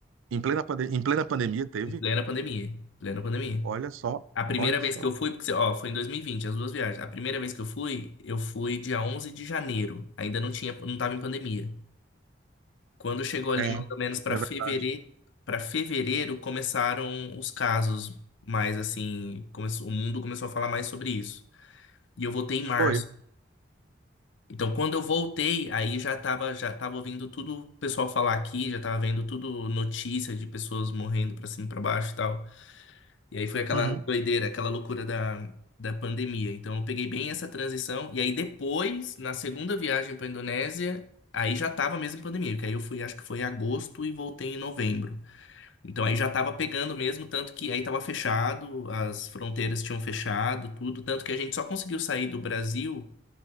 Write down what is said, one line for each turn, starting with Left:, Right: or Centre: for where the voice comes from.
Right: Em plena, pande- em plena pandemia teve?
Left: Em plena pandemia. em Plena pandemia.
Right: Olha só,
Left: A primeira
Right: olha
Left: vez
Right: só.
Left: que eu fui, porque, ó, foi em 2020 as duas viagens. A primeira vez que eu fui, eu fui dia 11 de janeiro. Ainda não tinha, não tava em pandemia. Quando chegou ali
Right: É,
Left: mais
Right: é
Left: ou menos para fevereiro,
Right: verdade.
Left: para fevereiro começaram os casos, mais assim, começou, o mundo começou a falar mais sobre isso. E eu voltei em
Right: Foi.
Left: março. Então, quando eu voltei, aí já tava, já tava ouvindo tudo o pessoal falar aqui, já tava vendo tudo notícia de pessoas morrendo pra cima e pra baixo e tal. E aí foi aquela
Right: Uhum.
Left: doideira, aquela loucura da, da pandemia. Então eu peguei bem essa transição. E aí depois, na segunda viagem para Indonésia, aí já tava mesmo pandemia, porque aí eu fui, acho que foi em agosto e voltei em novembro. Então aí já tava pegando mesmo, tanto que aí tava fechado, as fronteiras tinham fechado, tudo, tanto que a gente só conseguiu sair do Brasil